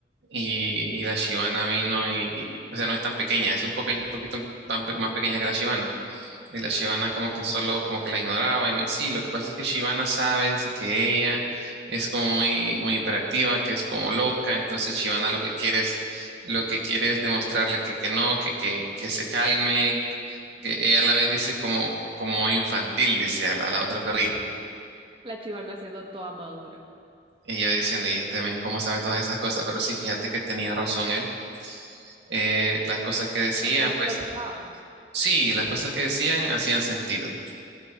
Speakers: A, on the right; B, on the right.
A: y, y la Shibana vino y, y- o sea, no es tan pequeña, es un, poque- un poquito pan- más pequeña que la Shibana. Y la Shivana como que solo, como que la ignoraba y me decía, sí, lo que pasa es que Shivana sabe, dice que ella es como muy, muy hiperactiva, que es como loca, entonces Shivana lo que quiere es, lo que quiere es demostrarle que, que no, que, que, que se calme, que ella la ve, dice como, como infantil, dice a la, a la otra perrita.
B: La chivana siendo toda madura.
A: Y yo diciendo, y te ven cómo sabe todas esas cosas, pero sí, fíjate que tenía razón él. Eh, las cosas que decía,
B: Ah, Por,
A: pues
B: ¿lo notabas?
A: sí, las cosas que decían hacían sentido.